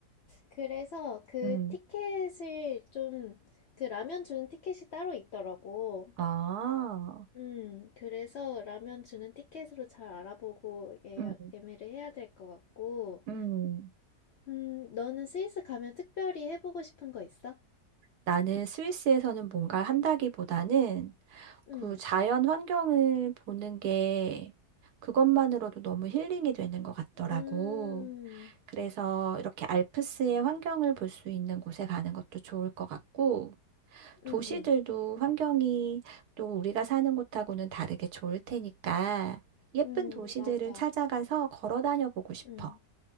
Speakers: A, on the left; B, on the right.
A: 그래서 그
B: 음,
A: 티켓을 좀, 그 라면 주는 티켓이 따로 있더라고.
B: 아,
A: 음, 그래서 라면 주는 티켓으로 잘 알아보고 예약,
B: 음,
A: 예매를 해야 될 것 같고.
B: 음.
A: 음, 너는 스위스 가면 특별히 해보고 싶은 거 있어?
B: 나는 스위스에서는 뭔가를 한다기보다는
A: 음,
B: 그 자연 환경을 보는 게 그것만으로도 너무 힐링이 되는 것 같더라고.
A: 음,
B: 그래서 이렇게 알프스의 환경을 볼 수 있는 곳에 가는 것도 좋을 것 같고, 도시들도
A: 음, 음.
B: 환경이 또 우리가 사는 곳하고는 다르게 좋을 테니까, 예쁜
A: 음,
B: 도시들을
A: 맞아.
B: 찾아가서 걸어 다녀 보고 싶어.
A: 음.